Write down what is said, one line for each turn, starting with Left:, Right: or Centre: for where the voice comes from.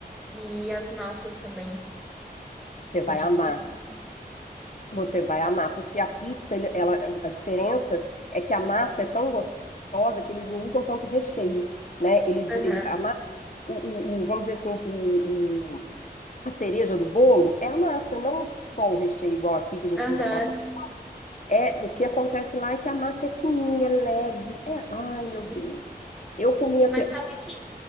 Centre: e as massas também,
Left: Você
Centre: que
Left: vai
Centre: dizem
Left: amar.
Centre: que.
Left: Você vai amar, porque a pizza, ele- ela, a diferença é que a massa é tão gostosa que eles não usam tanto recheio, né? Eles,
Centre: Aham,
Left: ele, a massa, o, o- o- vamos dizer assim, o, o- a cereja do bolo é a massa, não só o recheio igual aqui que a gente
Centre: aham,
Left: usa aquela coisa. É, o que acontece lá é que a massa é fininha, é leve, é,
Centre: fininho.
Left: ai meu Deus. Eu comia,
Centre: Mas
Left: pe-
Centre: sabe que,